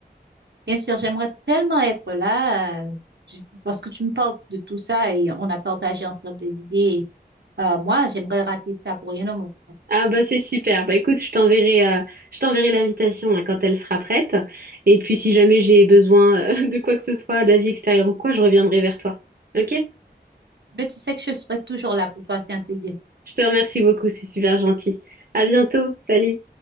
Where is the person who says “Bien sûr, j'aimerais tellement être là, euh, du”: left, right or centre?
Right